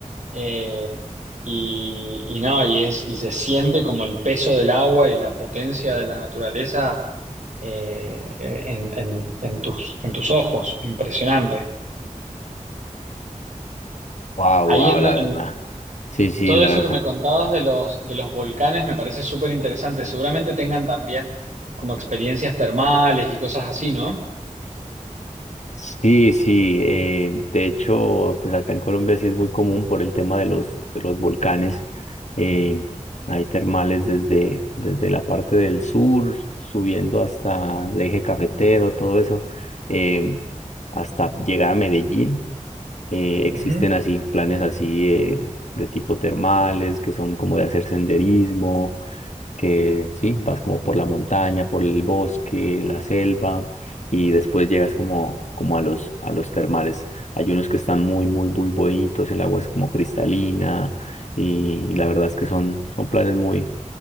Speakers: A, on the right; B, on the left.
A: eh, y, y no, y, es, y se siente como el peso del agua y la potencia de la naturaleza eh, en, en- en tus, en tus ojos, impresionante.
B: Wow,
A: Ahí
B: wow,
A: en,
B: la
A: en
B: verdad. Sí, sí,
A: todo
B: la
A: eso
B: verdad.
A: que me contabas de los, de los volcanes me parece súper interesante. Seguramente tengan también como experiencias termales y cosas así, ¿no?
B: Sí, sí, eh, de hecho, pues acá en Colombia sí es muy común por el tema de los, de los volcanes. eh, hay termales desde, desde la parte del sur, subiendo hasta el eje cafetero, todo eso, eh, hasta llegar a Medellín. eh, existen
A: Ujú,
B: así planes así eh, de tipo termales, que son como de hacer senderismo que sí, vas como por la montaña, por el bosque, la selva y después llegas como, como a los, a los termales. Hay unos que están muy, muy, muy bonitos, el agua es como cristalina y, y la verdad es que son, son planes muy,